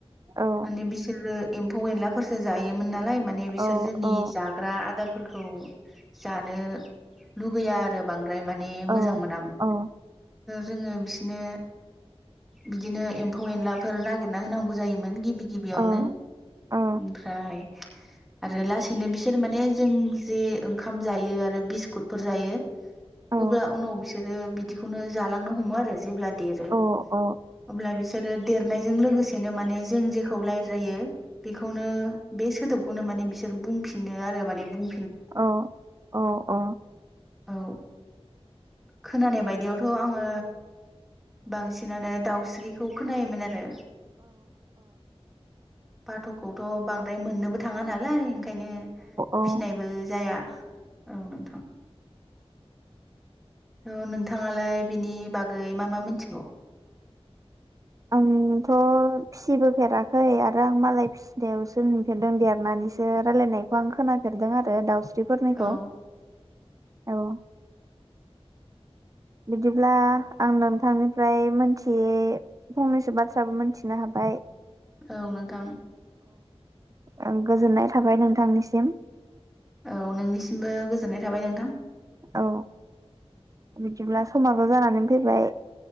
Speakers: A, on the right (about 35°); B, in the centre.
A: औ
B: माने बिसोरो एम्फौ एनलाफोरसो जायो मोन नालाय माने बिसोर
A: औ
B: जोंनि
A: औ
B: जाग आदारफोरखौ जानो लुगैया आरो बांद्राय माने
A: औ
B: मोजां मोनामोन।
A: औ
B: जोङो बिसनो बिदिनो एम्फौ एनलाफोर नागिरना होनांगौ जायोमोन। गि बि गिबियावनो।
A: औ औ
B: ओमफ्राय आरो लासैनो बिसो सोर माने जों जे ओंखाम जायो आरो बिस्कुटफोर जायो
A: औ
B: उब्ला उनाव बिस बिसोरो बिदिखौनो जालांनो हमो आरो। जेब्ला देरो
A: औ औ
B: अब्ला बिसोरो देरनायजों लोगोसेनो माने जों जेखौ रायलायो बेखौनो बे सोदोब खौनो माने बिसोर बुं बिनो आरो माने बुं
A: अ अ अ
B: औ खोनानाय बायदियावथ आङो बांसिनानो दाउस्रिखौ खोनायोमोन आरो। बाथखौथ बांद्राय मोननोबो थाङा नालाय ओंखायनो
A: औ
B: फिनायबो जाया औ नोंथां। थ नोंथाङालाय बिनि बागै मा मा मिथिगौ?
A: आंथ फिसिबोफेराखै आरो आं मालाय फिसिनायावसो नुफेरदों देरनानैसो रायलायनायखौ आं खोनाफेरदों आरो। बे दाउस्रिफोरनिखौ
B: औ
A: औ <inaudible> बिदिब्ला आं नोंथांनिफ्राय मोनथियै फंनैसो बाथ्राबो मिथिनो हाबाय
B: औ नोंथां।
A: औ गोजोननाय थाबाय नोंथांनिसिम।
B: औ नोंनिसिमबो गोजोननाय थाबाय नोंथां।
A: औ बिदिब्ला समाबो जानानै फैबाय।